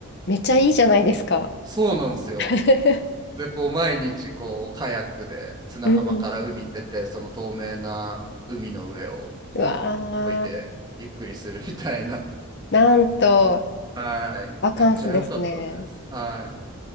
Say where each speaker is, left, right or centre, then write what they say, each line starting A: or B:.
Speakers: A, on the left; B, on the right.
A: めっちゃいいじゃないですか。
B: そうなんですよ。
A: <laughs>
B: でこう毎日こうカヤックで砂浜から海に出てその透明な海の上をこうこいでゆっくりするみたいな
A: うん。うわー、なんと、
B: はい。
A: バカンスですね。
B: めっちゃ良かったです。はい。